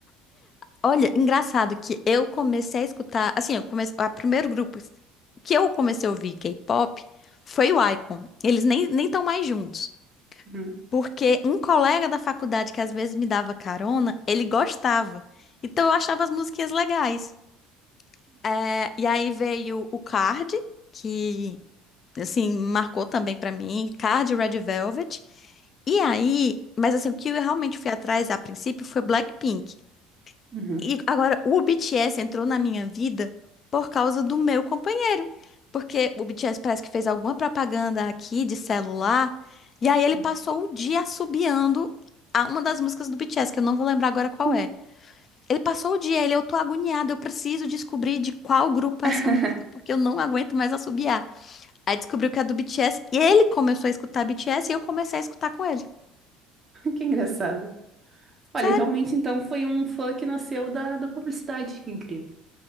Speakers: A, on the left; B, on the right.
A: Olha, engraçado que eu comecei a escutar, assim, eu comecei, o primeiro grupo que eu comecei a ouvir K-pop foi o Icon. Eles nem nem estão mais juntos,
B: Uhum.
A: porque um colega da faculdade que às vezes me dava carona, ele gostava. Então eu achava as musiquinhas legais. É, e aí veio o Card, que assim marcou também pra mim, Card e Red Velvet. E aí, mas assim, o que eu realmente fui atrás a princípio foi Blackpink.
B: Uhum.
A: E agora, o BTS entrou na minha vida por causa do meu companheiro. Porque o BTS parece que fez alguma propaganda aqui de celular. E aí ele
B: Uhum.
A: passou o dia assobiando a uma das músicas do BTS, que eu não vou lembrar agora qual
B: Uhum.
A: é. Ele passou o dia, ele, eu tô agoniada, eu preciso descobrir de qual grupo
B: <laughs>
A: é essa música, porque eu não aguento mais assobiar. Aí descobriu que é do BTS, e ele começou a escutar BTS e eu comecei a escutar com ele.
B: Que engraçado. Olha,
A: Sério.
B: realmente então foi um fã que nasceu da, da publicidade. Que incrível.